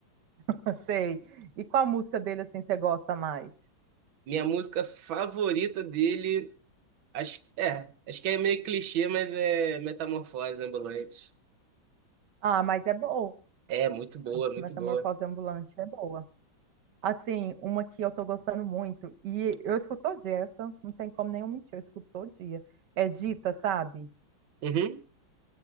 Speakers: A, on the right; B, on the right.
A: <laughs> sei. E qual música dele assim você gosta mais?
B: <laughs> Minha música favorita dele, acho, é, acho que é meio clichê, mas é Metamorfose Ambulante.
A: Ah, mas é boa.
B: É muito boa, muito
A: Metamorfose
B: boa.
A: Ambulante é boa. Assim, uma que eu tô gostando muito, e eu escuto todo dia, essa não tem como nenhum mentir, eu escuto todo dia. É Gita, sabe?
B: Uhum.